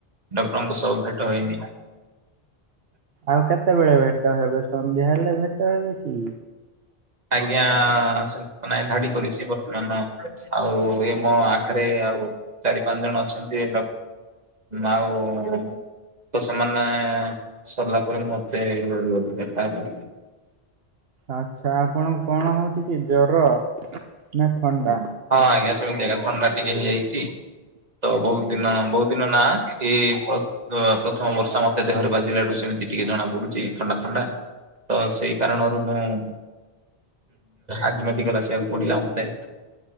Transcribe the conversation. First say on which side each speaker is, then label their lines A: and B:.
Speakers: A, on the right; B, on the right.
A: ଡକ୍ଟରଙ୍କ ସହ ଭେଟ ହେଇନି। ହଁ
B: ଆଉ କେତେବେଳେ ଭେଟ ହେବେ। ସନ୍ଧ୍ୟା ହେଲେ ଭେଟ ହେବେ କି?
A: ଆଜ୍ଞା ସେ ନାଇଁ ଧାଡି କରିଛି। ବର୍ତ୍ତମାନ ଆଉ ଏ ମୋ ଆଗରେ ଆଉ ଚାରି ପାଞ୍ଚ ଜଣ ଅଛନ୍ତି ଆଉ। ତ ସେମାନେ ସରିଲା ପରେ ମତେ ଦେଖାହେବେ।
B: ଆଛା ଆପଣକୁ କଣ ହଉଛି କି ଜର। ନା ଥଣ୍ଡା?
A: ହଁ ଆଜ୍ଞା ସମିତିକା ଥଣ୍ଡା ଟିକେ ହେଇଚି। ତ ବହୁତ ଦିନ ବହୁତ ଦିନ ନା ଏଇ ପତ ପ୍ରଥମ ବର୍ଷା ମତେ ଦେହରେ ବାଜିଲାଡୁ ସେମିତି ଟିକେ ଜଣା ପଡୁଛି ଥଣ୍ଡା ଥଣ୍ଡା। ତ ସେଇ କାରଣରୁ ମୁଁ ଆଜି ମତେ ଆସିବାକୁ ପଡିଲା ମତେ। <inaudible>